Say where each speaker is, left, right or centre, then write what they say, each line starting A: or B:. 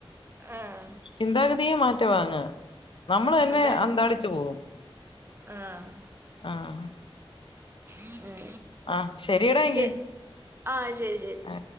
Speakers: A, on the right; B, on the left.
A: ആഹ്
B: ചിന്താഗതിയേ മാറ്റവാ അങ്ങ്. നമ്മള് തന്നെ
A: അതെ
B: അന്താളി ചോം.
A: ആഹ്
B: ആഹ്
A: ഉം.
B: ആഹ് ശരിയടാ എങ്കി
A: ശെ, ആഹ് ശരി ശരി.
B: ആ